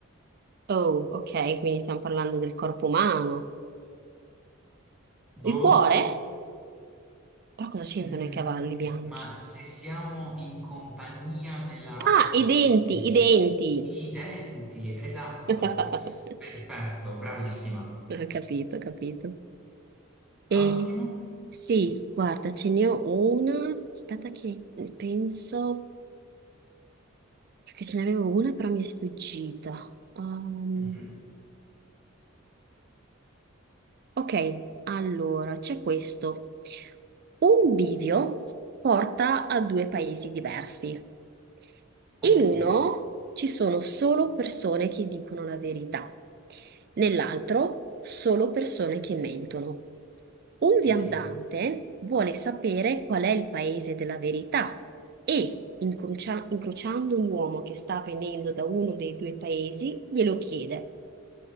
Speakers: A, on the right (about 45°); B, in the centre.
A: Oh, ok, quindi stiamo parlando del corpo umano.
B: Boh,
A: Il cuore? Però cosa c'entrano
B: mm,
A: i cavalli bianchi?
B: ma se siamo in compagnia nella rossa
A: Ah, i
B: scuderia,
A: denti, i denti.
B: i denti, esatto.
A: <laughs>
B: Perfetto, bravissima.
A: Ho capito, ho capito.
B: Prossimo.
A: E sì, guarda, ce n'è una. Aspetta che penso. Perché ce n'avevo una però mi è sfuggita. Ehm,
B: Mhm.
A: Ok, allora c'è questo. Un bivio porta a due paesi diversi.
B: Ok,
A: In uno ci sono solo persone che dicono la verità, nell'altro solo persone che mentono. Un
B: ok.
A: viandante vuole sapere qual è il paese della verità e, incrocia- incrociando un uomo che sta venendo da uno dei due paesi, glielo chiede.